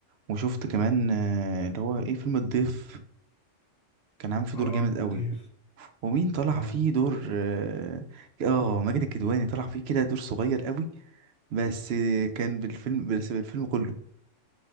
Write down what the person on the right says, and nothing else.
وشفت كمان آه، اللي هو ايه فيلم الضيف كان عامل فيه
دور جامد قوي
ومين طلع
فيه دور اه آه، ماجد الكدواني طلع فيه كده دور صغير قوي بس آه، كان بالفيلم بس بالفيلم كله